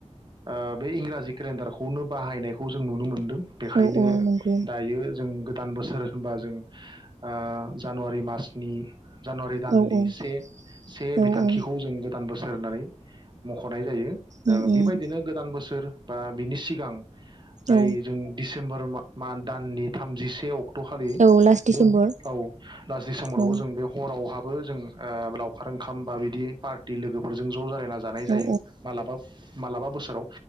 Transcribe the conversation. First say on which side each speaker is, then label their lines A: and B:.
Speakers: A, on the right (about 40°); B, on the right (about 75°).
A: ओ बे इंराजि केलेन्डारखौनो बाहायनायखौ जों नुनो मोनदों बेखायनो
B: औ औ नंगौ
A: दायो जों गोद गोदान बोसोर होनबा जों ओ जानुवारि मासनि जानुवारि दाननि
B: औ औ
A: से से बिथांखिखौ
B: औ औ
A: जों दान बोसोर होननानै मख'नाय जायो ओ
B: उम उम
A: बेबायदिनो गोदान बोसोर बा बिनि सिगां जाय
B: औ
A: जों दिसेम्बर मा दाननि थामजिसे अक्ट खालि
B: औ लास्ट डिसेम्बर
A: बे औ लास दिसेम्बरावबो
B: औ
A: जों बे गावहाबो जों ओ लावखार ओंखाम बा बिदि पार्टि लोगोफोरजों ज' जालाय जानाय जायो
B: औ
A: मालाबा मालाबा बोसोराव